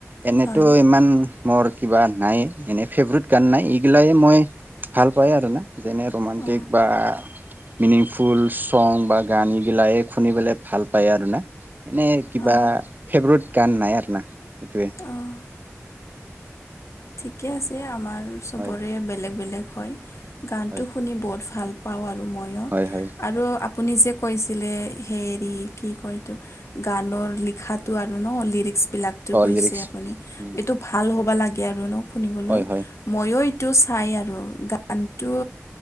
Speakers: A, on the right; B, on the left.
A: এনেতো
B: হয়
A: ইমান মোৰ কিবা নাই। এনেই ফেভৰেট গান নাই, এইগিলাই মই ভাল পাই আৰু না। যেনে ৰোমাণ্টিক
B: অঁ
A: বা মিনিংফুল ছং বা গান, গিলাই শুনিবলৈ ভাল পায় আৰু না। এনেই কিবা
B: অঁ
A: ফেভৰেট গান নাই আৰু না এইটোৱে।
B: অঁ ঠিকে আছে, আমাৰ চবৰে
A: হয়
B: বেলেগ বেলেগ হয়, গানটো
A: হয়।
B: শুনি বহুত ভাল পাওঁ আৰু ময়ো।
A: হয় হয়।
B: আৰু আপুনি যে কৈছিলে, হেৰি কি কয় এইটো গানৰ লিখাটো আৰু ন, লিৰিক্সবিলাক টো
A: অ
B: কৈছে
A: লিৰিক্স
B: আপুনি,
A: উম
B: এইটো ভাল হ'বা লাগে আৰু ন শুনিবলৈ
A: হয় হয়
B: ময়ো এইটো চাই আৰু, গানটো